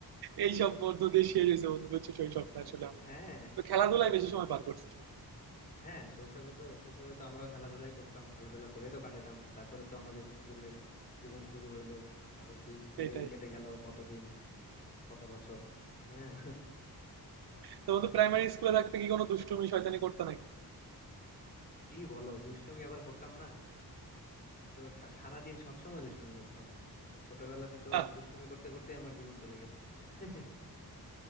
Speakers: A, on the right; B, on the left.
A: এইসব মধ্য দিয়ে শেষ হয়েছে বন্ধু বুঝছো শৈশবটা আসলে আমার
B: হ্যাঁ
A: তো খেলাধুলায়
B: শৈশবে
A: বেশি সময় পার করছি শৈশব
B: হ্যাঁ শৈশবে তো শৈশবে তো আমরাও খেলাধুলাই করতাম খেলাধুলা করে তো কাটাতাম তারপরে তো আমাদের স্কুলের জীবন শুরু হইলো তারপরে তো স্কুলেই
A: সেটাই
B: কেটে গেল কতদিন কত বছর হ্যাঁ
A: তো বন্ধু প্রাইমারি স্কুলে থাকতে কি কোনো দুষ্টুমি শয়তানি করতে নাকি
B: কি বলো দুষ্টুমি আবার করতাম না তো সা- সারাদিন সবসময় দুষ্টুমি করতাম ছোটবেলাতে তো
A: আহ,
B: দুষ্টুমি করতে করতে আমার জীবন চলে গেছে <laughs>